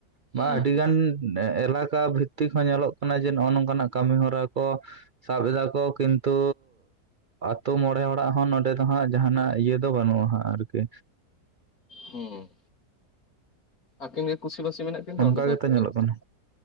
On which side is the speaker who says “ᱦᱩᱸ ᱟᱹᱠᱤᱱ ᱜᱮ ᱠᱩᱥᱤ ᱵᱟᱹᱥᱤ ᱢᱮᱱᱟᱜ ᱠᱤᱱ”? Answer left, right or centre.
Left